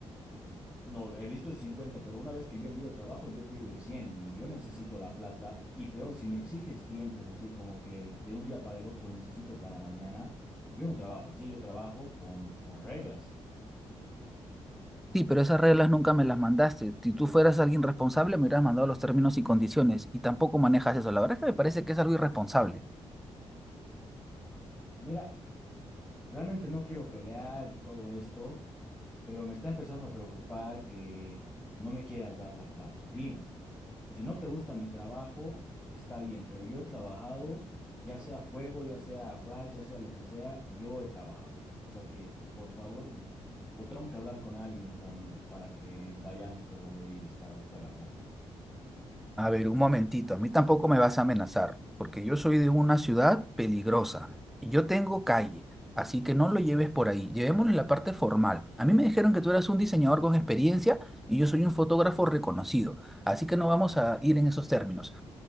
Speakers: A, on the left; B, in the centre.
A: No, he visto el 50, pero una vez que yo envío el trabajo, yo pido el 100. Yo necesito la plata. Y peor, si me exiges tiempos así como que de un día para el otro necesito para mañana, yo no trabajo así, yo trabajo con, con reglas.
B: Sí, pero esas reglas nunca me las mandaste. Si tú fueras alguien responsable, me hubieras mandado los términos y condiciones y tampoco manejas eso. La verdad es que me parece que es algo irresponsable.
A: Mira, Realmente no quiero pelear y todo esto, pero me está empezando a preocupar que no me quieras dar la plata. Dime, si no te gusta mi trabajo, está bien, pero yo he trabajado, ya sea fuego, ya sea flash, ya sea lo que sea, yo he trabajado. O sea que, por favor, o tengo que hablar con alguien con, para que vayamos por donde vives para buscar la plata.
B: A ver, un momentito. A mí tampoco me vas a amenazar, porque yo soy de una ciudad peligrosa y yo tengo calle. Así que no lo lleves por ahí. Llevémoslo en la parte formal. A mí me dijeron que tú eras un diseñador con experiencia y yo soy un fotógrafo reconocido. Así que no vamos a ir en esos términos.